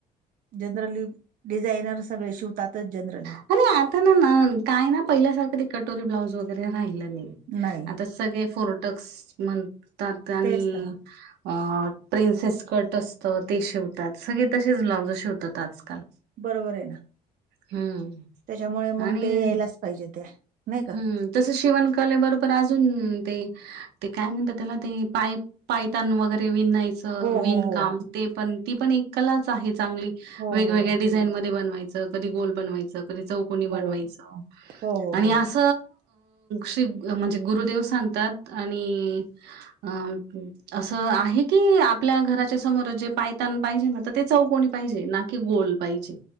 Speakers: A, on the right (about 55°); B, on the right (about 80°).
A: जनरली डिझायनर सगळे शिवतातच जनरली.
B: अ आता ना काय ना पहिल्यासारखं ती कटोरी ब्लाउज वगैरे राहिलं नाही.
A: नाही
B: आता सगळे फोर्टक्स म्हणतात. आणि
A: तेच तर
B: अ प्रिन्सेस स्कट असत ते शिवतात. सगळे तसेच ब्लाउज शिवतात. आजकाल.
A: बरोबरे ना.
B: हम्म.
A: त्याच्यामुळे मग
B: आणि
A: ते यायलाच पाहिजे ते. नाही का
B: हम्म. तस शिवण कले बरोबर अजून ते. ते काय म्हणतात त्याला ते पाय पायताण वगैरे विनाय च
A: हो
B: विणकाम
A: हो हो
B: ते पण ती पण एक कलाच आहे चांगली.
A: हो
B: वेगवेगळ्या
A: हो
B: डि झाईन मध्ये बनवायचं. कधी गोल बनवायचं. कधी चौकोनी
A: हो
B: बनवायचं.
A: हो
B: आणि
A: हो हो
B: अस अ श्री म्हणजे गुरुदेव सांगतात आणि आ अम - असं आहे की आपल्या घराच्या समोरच जे पायतान पाहिजे ना तर ते चौकणी पाहिजे ना गोल पाहीजे